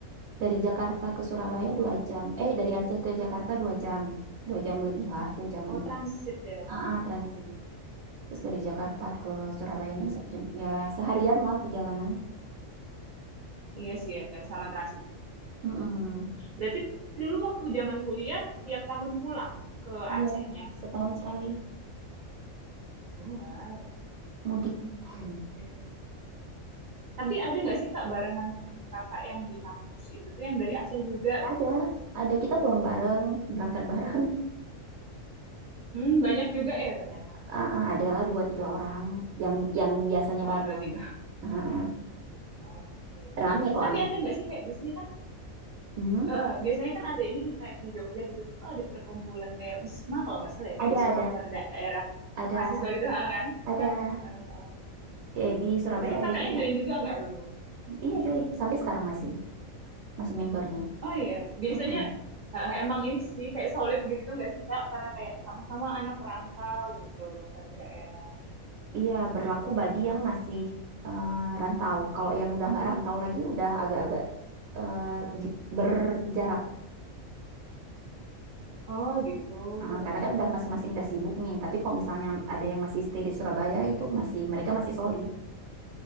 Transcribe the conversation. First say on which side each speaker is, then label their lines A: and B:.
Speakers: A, on the right; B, on the right.
A: dari Jakarta ke Surabaya dua jam. Eh, dari Aceh ke Jakarta dua jam. Dua jam lebih lah, dua jam.
B: Oh transit ya.
A: Ah, ah,
B: Heeh.
A: transit. Terus dari Jakarta ke
B: Hmm.
A: Surabayanya satu jam. Ya, seharian lah perjalanan.
B: Iya sih ya sama transitnya.
A: Mm-mm.
B: Berarti dulu waktu zaman kuliah tiap tahun pulang ke
A: Iya,
B: Acehnya.
A: setahun sekali
B: Oh, wow.
A: mudik.
B: Oke
A: Hmm.
B: oke.
A: Gitu.
B: Tapi ada nggak sih Kak barengan teman kakak yang di kampus itu tuh yang dari Aceh juga
A: Ada,
B: gitu?
A: ada kita pulang bareng, berangkat bareng.
B: Yang-
A: <laughs>
B: Hmm, banyak juga ya ternyata.
A: Ah, ah, adalah dua tiga orang yang yang biasanya
B: Oh
A: bareng.
B: dua tiga.
A: Ah, ah.
B: Oh, oke.
A: Rame kalau
B: Tapi
A: anak.
B: ada nggak sih kayak bisnis kan
A: Hmm.
B: eh, biasanya kan ada ini nih, kayak di Jogja gitu tuh ada perkumpulan kayak wisma kalau nggak salah ya
A: Ada,
B: kayak wisma
A: ada,
B: per daerah
A: ada,
B: mahasiswa gitu ha, kan.
A: ada.
B: Nah, eh, eh,
A: Di, di Surabaya
B: itu
A: ada
B: kakaknya
A: juga.
B: join juga nggak dulu?
A: Iya
B: Hmm.
A: join sampai sekarang masih masih membernya.
B: Oh iya, biasanya
A: Mm-mm.
B: eh, emang ini sih kayak solid gitu nggak sih kak? Karena kayak sama-sama anak rantau gitu satu daerah.
A: Iya berlaku bagi
B: Benar.
A: yang masih eh, rantau. Kalau yang udah nggak rantau lagi udah agak-agak eh, j- berjarak.
B: Oh gitu.
A: Ah, karena
B: Oke.
A: kan udah masing-masing udah sibuk nih. Tapi kalau misalnya ada yang masih stay di Surabaya itu masih mereka masih solid